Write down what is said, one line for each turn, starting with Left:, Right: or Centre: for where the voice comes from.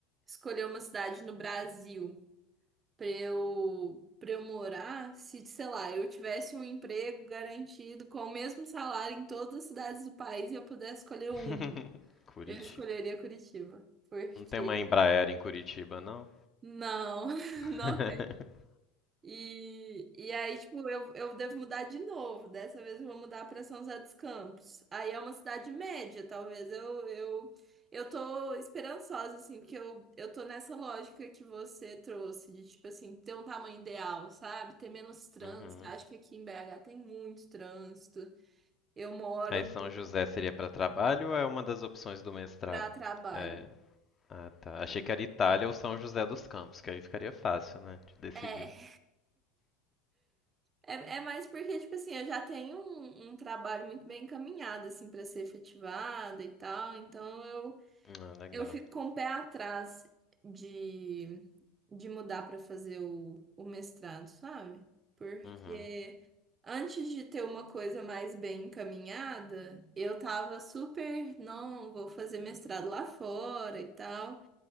Right: escolher uma cidade no Brasil. pra eu, pra eu morar, se, sei lá, eu tivesse um emprego garantido com o mesmo salário em todas as cidades do país e eu pudesse escolher um,
Left: <laughs> Curitiba.
Right: eu escolheria Curitiba. Porque
Left: Não tem uma Embraer em Curitiba, não?
Right: não, <laughs>
Left: <laughs>
Right: não E, e aí, tipo, eu, eu devo mudar de novo. Dessa vez eu vou mudar para São José dos Campos. Aí é uma cidade média, talvez. Eu, eu, eu tô esperançosa, assim, porque eu, eu tô nessa lógica que você trouxe, de, tipo assim, ter um tamanho ideal, sabe? Ter menos trânsito.
Left: Uhum.
Right: Acho que aqui em BH tem muito trânsito. Eu moro
Left: Aí São José seria para trabalho ou é uma das opções do mestrado?
Right: para trabalho.
Left: É. Ah, tá. Achei que era Itália ou São José dos Campos, que aí ficaria fácil, né, de decidir.
Right: É, é, é mais porque, tipo assim, eu já tenho um, um trabalho muito bem encaminhado, assim, para ser efetivado e tal, então eu
Left: Ah, legal.
Right: Eu fico com o pé atrás de, de mudar para fazer o, o mestrado, sabe? Porque
Left: Uhum.
Right: antes de ter uma coisa mais bem encaminhada, eu tava super, não, vou fazer mestrado lá fora e tal.